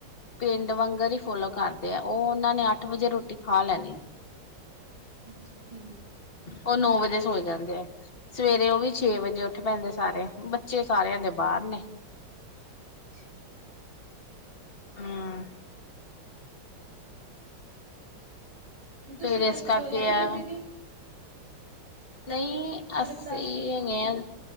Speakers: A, on the left; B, on the right.
A: ਪਿੰਡ ਵਾਂਗਰ ਹੀ ਫੋਲੋ ਕਰਦੇ ਆ ਉਹ ਉਹਨਾਂ ਨੇ ਅੱਠ ਵਜੇ ਰੋਟੀ ਖਾ ਲੈਣੀ। ਹਾਂਜੀ।
B: ਅੱਛਾ ਠੀਕ
A: ਉਹ ਨੌ ਵਜੇ ਸੌ ਜਾਂਦੇ ਆ ਸਵੇਰੇ ਉਹ ਵੀ ਛੇ ਵਜੇ ਉੱਠ ਪੈਂਦੇ ਸਾਰੇ। ਬੱਚੇ ਸਾਰਿਆਂ ਦੇ ਬਾਰ ਨੇ।
B: ਅੱਛਾ
A: ਹਾਂ।
B: ਤੁਸੀਂ
A: ਫੇਰ ਏਸ
B: ਬਸ
A: ਕਰਕੇ
B: ਦੋ ਜਾਣੇ
A: ਐ।
B: ਹੋ ਦੀਦੀ
A: ਨਹੀਂ
B: ਤੁਹਾਡੇ
A: ਅਸੀਂ
B: ਸੱਸ।
A: ਹੈਗੇ ਹਾਂ।